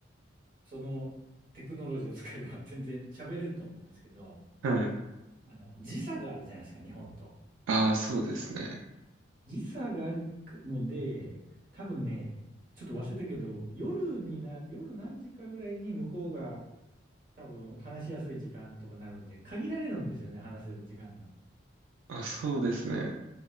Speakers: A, on the right; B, on the right.
A: そのテクノロジーを使えば <laughs> 全然喋れると思うんですけど、
B: はい。
A: あの、時差があるじゃないですか、日本と。
B: ああ、そうですね。
A: 時差があるので、多分ね、ちょっと忘れたけど、夜にな、夜何時かぐらいに向こうが多分話しやすい時間とかなるんで、限られるんですよね、話せる時間が。
B: あ、そうですね。